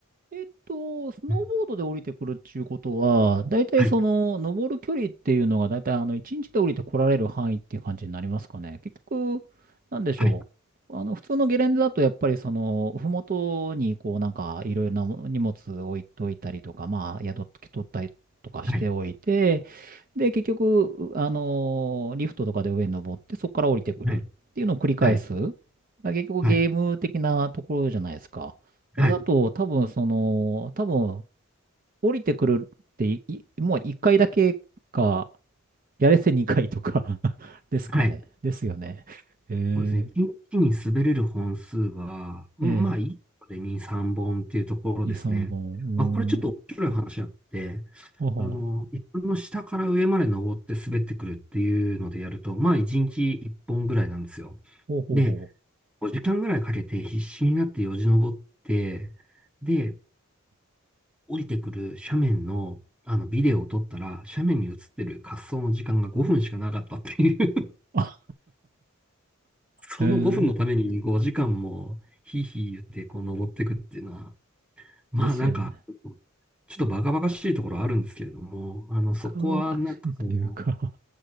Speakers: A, on the right; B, in the centre.
A: えっと、スノーボードで降りてくるっていうことは、
B: うん。
A: だいたいその、
B: はい。
A: 登る距離っていうのが、だいたいあの、1日で降りてこられる範囲っていう感じになりますかね。結局、なんでしょう。
B: はい。
A: あの、普通のゲレンデだと、やっぱりその、ふもとに、こう、なんか、いろいろな荷物置いといたりとか、まあ、宿取ったりとかしておいて、
B: はい。
A: で、結局、あのリフトとかで上に登って、そこから降りてくるっていうのを繰り返す。
B: はい。はい。
A: だから結局ゲーム的なところじゃないですか。
B: はい。はい。
A: それだと、多分その、多分降りてくるってい、いもう一回だけか、やれせ二回とか <laughs> ですかね。
B: はい。
A: ですよね。えー、
B: そうですね。一気に滑れる本数は、うんまあ、
A: ええ
B: 1個で2、3本っていうところですね。
A: 二三本。うーん。
B: まあ、これちょっと面白い話あって、
A: ほうほう。
B: あの、一本の下から上まで登って滑ってくるっていうのでやると、まあ、1日1本ぐらいなんですよ。
A: ほうほうほう。
B: で、5時間ぐらいかけて必死になってよじ登って、で、降りてくる斜面の、あのビデオを撮ったら、斜面に映ってる滑走の時間が5分しかなかったっていう
A: あ、
B: <laughs> その5分のために5時間もヒーヒー言ってこう登ってくっていうのは、
A: えー、
B: まあなんか、
A: ですよね。
B: ちょっとバカバカしいところはあるんですけれども、あの、そこはなんかこ
A: 若々しいというか